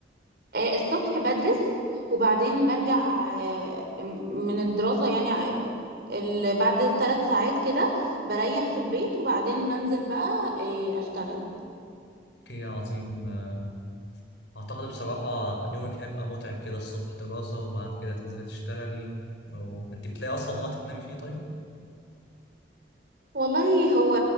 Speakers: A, on the right; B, on the left.
A: آه، الصبح بدرس وبعدين برجع آه، من الدراسة يعني آه، ال- بعد ثلاث ساعات كده بريح في البيت وبعدين بنزل بقى آه، أشتغل
B: اوكي عظيم آه، اعتقد بصراحة يومك هيبقى متعب كده الصبح دراسة وبعد كده تنزلي تشتغلي وانت بتلاقي اصلا وقت تنامي فيه طيب؟
A: والله هو